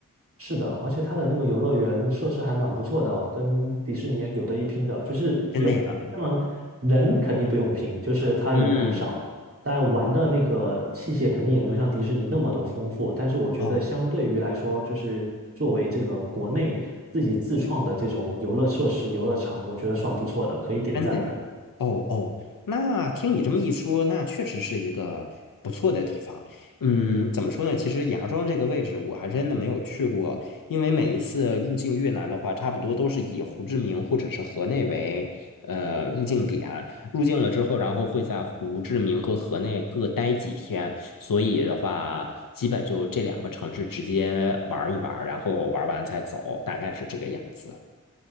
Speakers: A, on the right; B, on the left.
A: 是的，而且它的那个游乐园设施还蛮不错的哦跟迪士尼有的一拼的。就是也当然人肯定不用拼，
B: 真的呀？
A: 就是他人很少，
B: 嗯，
A: 但玩的那个器械肯定也没有像迪士尼那么多丰富。但是我觉得相对于来说，
B: 哦。
A: 就是作为这个国内自己自创的这种游乐设施、游乐场，我觉得算不错的，可以点赞的。
B: 真的呀，哦哦，那听你这么一说，那确实是一个不错的地方。嗯，怎么说呢？其实芽庄这个位置我还真的没有去过，因为每一次入境越南的话，差不多都是以胡志明或者是河内为呃入境点。入境了之后，然后会在胡志明和河内各待几天，所以的话，基本就这两个城市直接玩一玩，然后玩完再走，大概是这个样子。